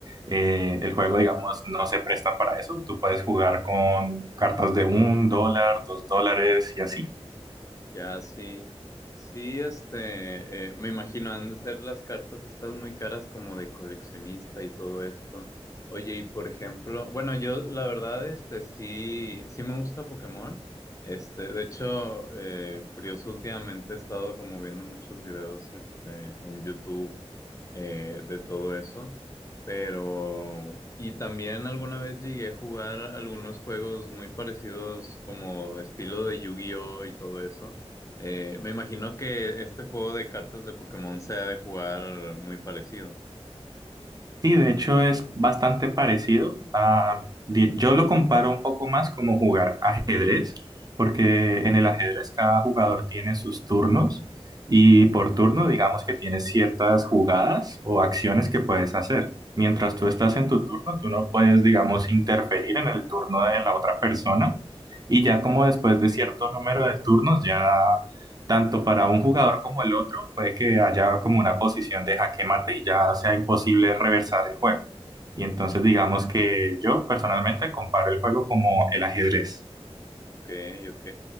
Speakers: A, on the right; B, on the left.
A: eh, el juego, digamos, no se presta para eso, tú puedes jugar con cartas de un dólar, dos dólares y así.
B: Ya, sí. Sí, este, eh, me imagino, han de ser las cartas estas muy caras como de coleccionista y todo esto. Oye, y por ejemplo, bueno, yo la verdad, este, sí, sí me gusta Pokémon. Este, de hecho, eh, curioso, últimamente he estado como viendo muchos videos, este, en YouTube, eh, de todo eso. Pero, y también alguna vez llegué a jugar algunos juegos muy parecidos como estilo de Yu-Gi-Oh y todo eso. Eh, me imagino que este juego de cartas de Pokémon se ha de jugar muy parecido.
A: Sí, de hecho es bastante parecido. a- di- yo lo comparo un poco más como jugar ajedrez, porque en el ajedrez cada jugador tiene sus turnos y por turno digamos que tienes ciertas jugadas o acciones que puedes hacer. Mientras tú estás en tu turno, tú no puedes, digamos, interferir en el turno de la otra persona y ya como después de cierto número de turnos, ya tanto para un jugador como el otro, puede que haya como una posición de jaque mate y ya sea imposible reversar el juego. Y entonces digamos que yo personalmente comparo el juego como el ajedrez.
B: Ok, ok.